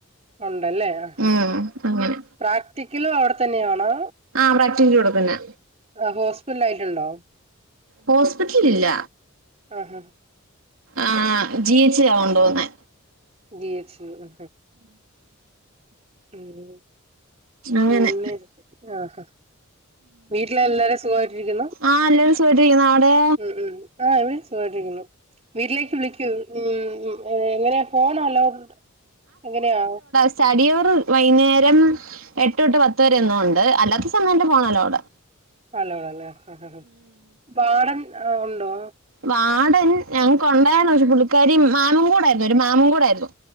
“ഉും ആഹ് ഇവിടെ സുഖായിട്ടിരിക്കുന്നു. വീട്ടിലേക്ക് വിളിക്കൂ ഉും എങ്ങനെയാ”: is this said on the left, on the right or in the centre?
Right